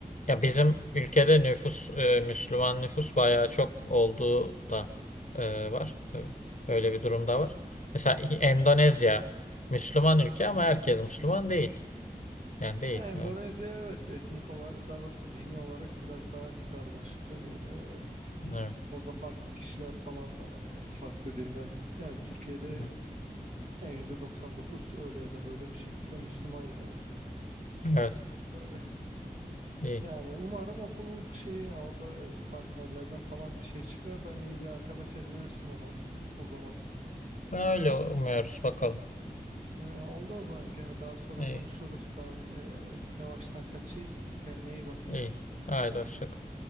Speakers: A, on the left (about 55°); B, on the right (about 60°).
A: ya bizim ülkede nüfus e, Müslüman nüfus bayağı çok olduğu da e, var tabii. Öyle bir durum da var. Mesela Endonezya Müslüman ülke ama herkes Müslüman değil. Yani değil.
B: Yani Endonezya
A: Evet.
B: evet etnik olarak daha doğrusu dini olarak biraz daha karmaşık. Hani e,
A: Evet.
B: orada farklı kişiler falan da var yani farklı dinden. Yani Türkiye'de
A: Hı.
B: yani %99 öyle ya da böyle bir şekilde Müslüman yani.
A: Evet.
B: Öyle.
A: İyi.
B: Yani umarım okul şey ya orada partnerlerden falan bir şey çıkar da hani iyi bir arkadaş edinirsin o, o zaman.
A: Öyle umuyoruz bakalım.
B: Ee, oldu o zaman gene daha sonra
A: İyi.
B: konuşuruz. Ben ee, yavaştan kaçayım. Kendine iyi bak.
A: İyi. Haydi hoşça kal.